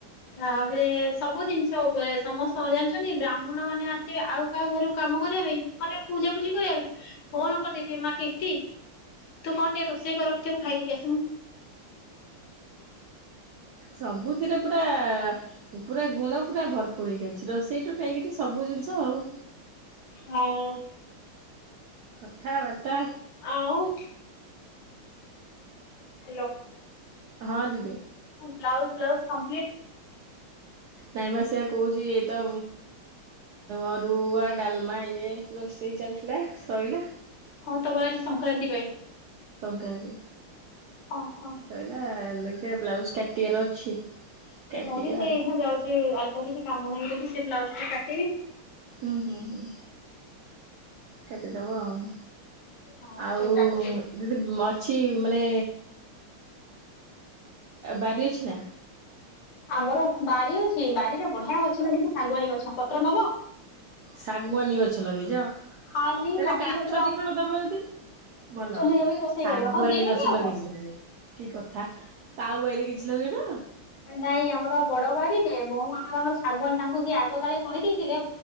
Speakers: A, on the left (about 75°); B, on the right (about 85°).
A: ତାପରେ ସବୁ ଜିନିଷ ଉପରେ ସମସ୍ତେ ଜାଣିଛନ୍ତି ବ୍ରାହ୍ମଣ ମାନେ ଆସିବେ ଆଉ କାହା ଘରକୁ କାମ କରିବା ପାଇଁ ମାନେ ପୂଜାପୂଜି କରିବା ପାଇଁ ଫୋନ କରିଦେଇଥିବେ ମା କୀର୍ତ୍ତି ତୁ କଣ ଟିକେ ରୋଷେଇ କରିରଖଥିବୁ ଖାଇଦେଇକି ଆସିମୁଁ।
B: ସବୁଥିରେ ପୁରା--ପୁରା ଗୁଣ ପୁରା ଭରପୁର ହେଇଯାଇଛି ରୋଷେଇଠୁ ନେଇକରି ସବୁ ଜିନିଷ ଆଉ।
A: ହଁ
B: କଥାବାର୍ତ୍ତା
A: ଆଉ। ହ୍ୟାଲୋ।
B: ହଁ ଦିଦି।
A: Blouse ଫ୍ଲାଉଜ complete?
B: ନାଇଁ ମା ସେଆ କହୁଛି ଏଇତ ଅରୁ--ଆ ଡାଲମା ଇଏ ରୋଷେଇ ଚାଲିଥିଲା ସଇଲା।
A: ହଁ ତମର ଆଜି ସଂକ୍ରାନ୍ତି ପାଇଁ।
B: କରେ।
A: ଓହୋ
B: ସାଇଲା ଲୋ ସେୟା। ବ୍ଲାଉଜ କାଟିବାର ଅଛି। କାଟିବା
A: ମୁଁ ବି ସେଇ
B: ଆଉ
A: ଏଇଖାଁ ଯାଉଛି ଆଜି କିଛି କାମ ନାହିଁ ଯଦି ସେ ବ୍ଲାଉଜ ଟା କାଟିବି ତ
B: ହୁଁ ହୁଁ ହୁଁ କେଟ ଦବ ଆଉ।
A: ହଁ
B: ଆଉ
A: ସେ କାଟିକି
B: ଦିଦି ମଅଛି। କି ମାନେ ବାରି ଅଛି ନା?
A: ଆମର ବାରି ଅଛି ବାରିରେ ବଢିଆ ଗଛ ଲାଗିଛି ଶାଗୁଆଣି ଗଛ ପତ୍ର ନବ?
B: ଶାଗୁଆନୀ ଗଛ ଲଗେଇଛ।
A: ଖାଲି
B: ତମେ
A: ଶାଶୁ
B: କାଠ
A: ଶ୍ୱଶୁର ଆଉ
B: ଦି ଖଣ୍ଡ ଦବ ଯଦି ଭଲ
A: ଚୁଲି
B: ହବ।
A: ଜଳିକି ରୋଷେଇ
B: ଶାଗୁଆନୀ
A: କରିବ ହଉ ଦେଇଦେବି
B: ଗଛ
A: ଆଉ
B: ଲଗେଇଛନ୍ତି
A: କଣ
B: ସେ କି କଥା ଆଉ ବାଡିରେ କିଛି କିଛି ଲଗେଇନ
A: ନାଇଁ ଆମର ବଡ ବାଡିଟେ। ବୋଉ ଆମର ଶାଗୁଆନି ତାଙ୍କୁ କିଏ ଆଗ କାଳେ କହିଦେଇଥିଲେ